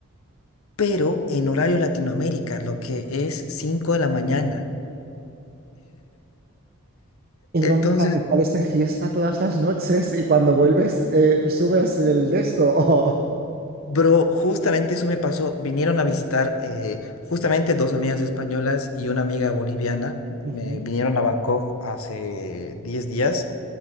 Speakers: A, on the left; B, on the right.
A: Pero en horario Latinoamérica, lo que es 5 de la mañana.
B: Entonces,
A: Entonces,
B: te sales de fiesta todas las noches y cuando vuelves, eh, subes el de esto.
A: Bro, justamente eso me pasó. Vinieron a visitar eh, justamente dos amigas españolas y una amiga boliviana. Me
B: <laughs>
A: vinieron a Bangkok hace 10 días.